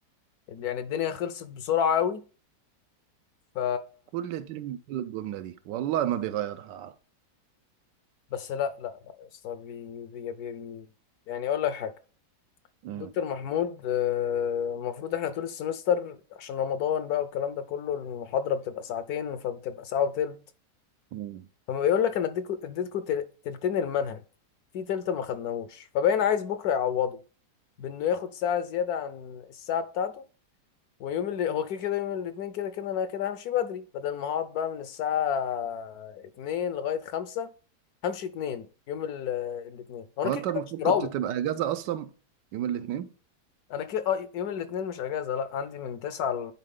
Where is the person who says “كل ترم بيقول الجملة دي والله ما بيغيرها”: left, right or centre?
Right